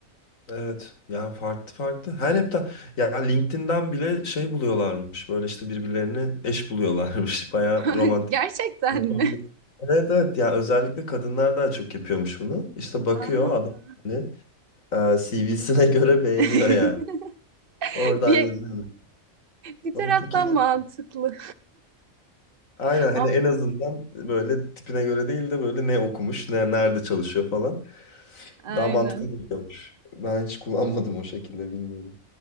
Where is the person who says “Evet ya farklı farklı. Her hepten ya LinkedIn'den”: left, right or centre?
Left